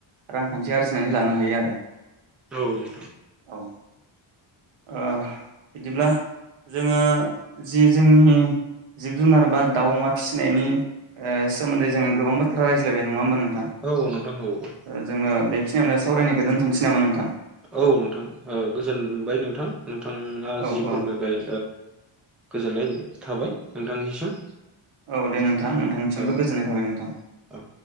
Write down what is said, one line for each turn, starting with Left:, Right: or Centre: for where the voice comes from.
Right: रांखानथि आरजिनानै लानो हायो आरो
Centre: औ नोंथां
Right: औ ओ बिदिब्ला जोङो जि जोंनि जिब जुनार बा दाउ अमा फिसिनायनि सोमोन्दै जोङो गोबां बाथ्रा रायज्लायबाय नङा होमबा नोंथां
Centre: औ नोंथां औ
Right: जोङो बेखिनियावनो सावरायनायखौ दोनथ'नोसै नामा नोंथां
Centre: औ नोंथां गोजोनबाय नोंथां नोंथाङा
Right: औ
Centre: जि फोरमायबाय
Right: औ
Centre: गोजोननाय थाबाय नोंथांनिसिम
Right: औ दे नोंथां नोंथांनिसिमबो
Centre: औ
Right: गोजोन्नाय
Centre: दे
Right: थाबाय नोंथां
Centre: औ